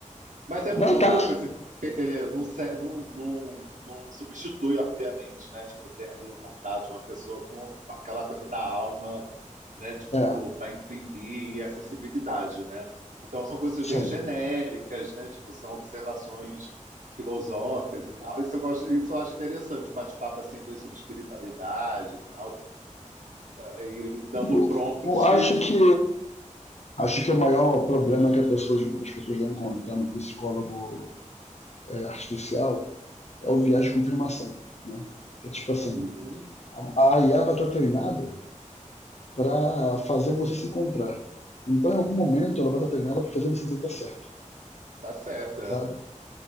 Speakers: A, on the right; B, on the left.
A: Mas é muito
B: Não
A: louco,
B: tá.
A: assim, porque não, se- não, não, não substitui, obviamente, né? Tipo, ter ali o contato de uma pessoa com, com aquela coisa da alma, né? Tipo,
B: É,
A: para imprimir e a sensibilidade, né? Então, são coisas
B: sim.
A: bem genéricas, né? Tipo, são observações filosóficas e tal. Isso eu gosto, isso eu acho interessante, um bate-papo, assim, às vezes, sobre espiritualidade e tal. aí dando um
B: O-
A: prompt.
B: o- acho que acho que o maior problema que a pessoa- as pessoas vão encontrar no psicólogo é, artificial é o viés de confirmação, né? Que é tipo assim,
A: Uhum,
B: a, a IA vai estar treinada para fazer você se encontrar. Então, em algum momento, ela vai estar treinada para fazer você dizer que tá certo,
A: tá certo,
B: sabe?
A: é.